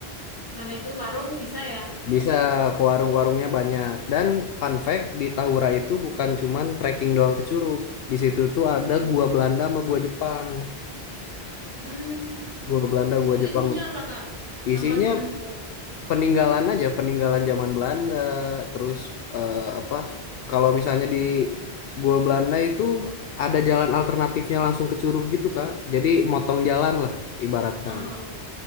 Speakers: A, on the left; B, on the left.
A: mana itu warung bisa ya, berarti.
B: bisa ke warung-warungnya banyak dan fun fact di Tahura itu bukan cuman trekking doang ke curug di situ tuh ada
A: Hmm.
B: gua Belanda sama gua Jepang
A: Hmm.
B: Gua Belanda, gua
A: Itu
B: Jepang.
A: isinya apa, Kak?
B: Isinya
A: Apa cuman buah?
B: peninggalan aja, peninggalan zaman Belanda. Terus eh, apa? Kalau misalnya di gua Belanda itu ada jalan alternatifnya langsung ke Curug gitu, Kak. Jadi motong jalan
A: Oh.
B: lah ibaratkan.
A: Oh, oh.